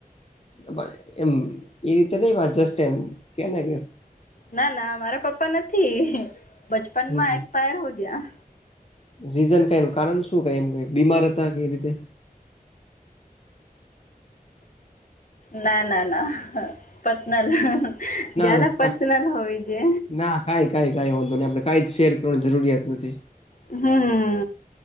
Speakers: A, on the left; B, on the left.
A: પણ એમ એ રીતે નઈ વાત જસ્ટ એમ કે ને કે
B: ના ના મારા પપ્પા નથી બચપનમાં
A: હમ
B: એક્સપાયર હો ગયા.
A: રીઝન કઈ ન કારણ શું ક એમ ક બીમાર હતા કઈ રીતે
B: ના ના ના પર્સનલ
A: ના
B: જ્યાદા
A: ના
B: પર્સનલ
A: કા-
B: હોય છે.
A: ના કાઈ કં કઈ વાંધો નહીં આપણે કાઈ જ શેર કરવાની જરુરિયાત નથી
B: હમ્મમ